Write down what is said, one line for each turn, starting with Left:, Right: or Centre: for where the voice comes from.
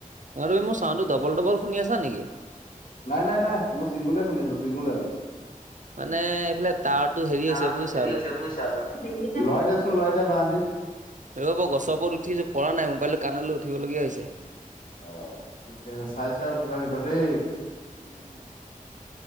Right: আৰু এই মোৰ চাউনতটো ডাবল ডবল শুনি আছা নেকি
Left: নাই নাই নাই মই চিংগুল শুনি আছো চিংগুল
Right: মানে এইফালে টাৱাৰটো হেৰি
Left: তাৰতো
Right: হৈছে বুজিছা
Left: হেৰি
Right: অলপ।
Left: হৈছে বুজিছা অলপ লৰাই দিয়াচোন লৰাই দিয়া বাহতি
Right: ৰ'ব গছৰ ওপৰত উঠিছো পৰা নাই মোবাইলটো কাণলৈ উঠিবলগীয়া হৈছে
Left: অ িকে চাই চাই থিবা কিন্ত দেি
Right: উম